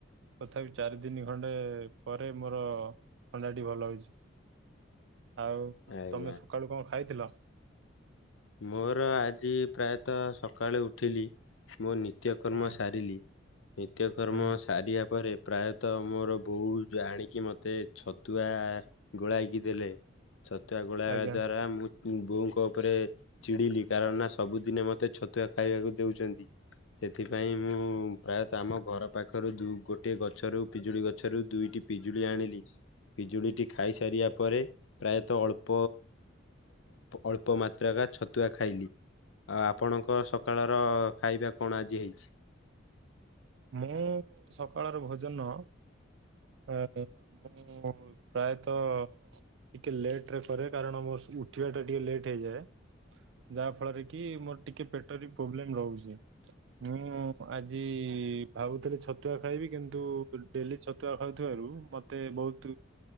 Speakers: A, on the right; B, on the left.
A: ତଥାପି ଚାରି ଦିନି ଖଣ୍ଡେ ପରେ ମୋର ଥଣ୍ଡାଟି ଭଲ ହଉଛି ଆଉ
B: ଆଜ୍ଞା
A: ତମେ ସକାଳୁ କଣ ଖାଇଥିଲ।
B: ମୋର ଆଜି ପ୍ରାୟତଃ ସକାଳେ ଉଠିଲି ମୋ ନି ନିତ୍ୟ କର୍ମ
A: ହୁଁ
B: ସାରିଲି ନିତ୍ୟ କର୍ମ
A: ହୁଁ
B: ସାରିବା ପରେ ପ୍ରାୟତଃ ମୋର ବୋଉ ଆଣିକି ମତେ ଛତୁଆ ଗୋଳାଇକି ଦେଲେ ଛତୁଆ ଗୋଳେଇବା
A: ଆଜ୍ଞା
B: ଦ୍ଵାରା ମୁଁ ବୋଉଙ୍କ ଉପରେ ଚିଡିଲି କାରଣ ନା ସବୁଦିନେ ମତେ ଛତୁଆ ଖାଇବାକୁ ଦଉଛନ୍ତି ସେଥିପାଇଁ ମୁଁ ପ୍ରାୟତଃ ଆମ ଘର ପାଖରୁ ଗୋଟଏ ଗଛରୁ ପିଜୁଳି ଗଛରୁ ଦୁଇଟି ପିଜୁଳି ଆଣିଲି ପିଜୁଳିଟି ଖାଇସାରିବା ପରେ ପ୍ରାୟତଃ ଅଳ୍ପ ଅଳ୍ପ ମାତ୍ରାକା ଛତୁଆ ଖାଇଲି ଆଉ ଆପଣଙ୍କ ସକାଳର ଖାଇବା କଣ ଆଜି ହେଇଛି।
A: ମୁଁ ସକାଳର ଭୋଜନ ଅଁ ମୁଁ ପ୍ରାୟତ ତ ଟିକେ ଲେଟ ରେ କରେ କାରଣ ମୋ ଉଠିବା ଟା ଟିକେ ଲେଟ୍ ହେଇଯାଏ। ଯାହା ଫଳରେ କି ମୋର ଟିକେ ପେଟରେ ପ୍ରୋବ୍ଲେମ ରହୁଛି ମୁଁ ଆଜି ଭାବୁଥିଲି ଛତୁଆ ଖାଇବି କିନ୍ତୁ ଡେଲି ଛତୁଆ ଖାଉଥିବାରୁ ମତେ ବହୁତ